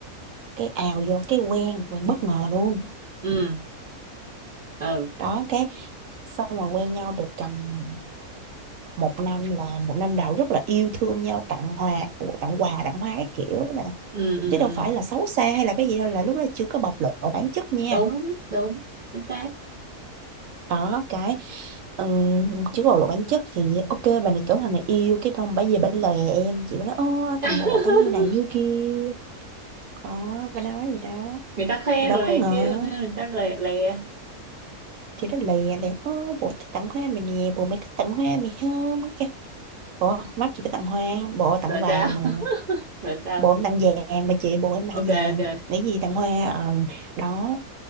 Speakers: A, on the right; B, on the right.
A: cái ào vô cái quen quen bất ngờ luôn
B: ừ, ừ,
A: đó cái xong rồi quen nhau được cầm một năm là một năm đầu rất là yêu thương nhau tặng hoa tặng quà tặng hoa cái kiểu nè
B: ừ, ừ,
A: chứ đâu
B: ừ,
A: phải là xấu xa hay là cái gì đâu là lúc đó chưa có bộc lộ bản chất nha
B: đúng, đúng, chính xác.
A: đó cái ừm, chưa có bộc lộ bản chất thì ok bà này tưởng thằng này yêu cái xong bà về bà lè em chị bà nói ô
B: <laughs>
A: thằng bồ tao như này như kia đó bà nói gì đó
B: Người ta khoe
A: thì đâu
B: rồi
A: có
B: lại
A: ngờ
B: kêu, người ta lè, lè,
A: thì nó lè lè ô bồ tao tặng hoa mày nè bồ mày có tặng hoa mày không Cái, ủa mắt chị có tặng hoa bồ tặng
B: rồi
A: vàng
B: sao?
A: mà
B: <laughs> Rồi sao?
A: bộ em tặng vàng mà chị bộ em tặng
B: Ok,
A: vàng
B: ok,
A: nghĩ gì tặng hoa ờ, đó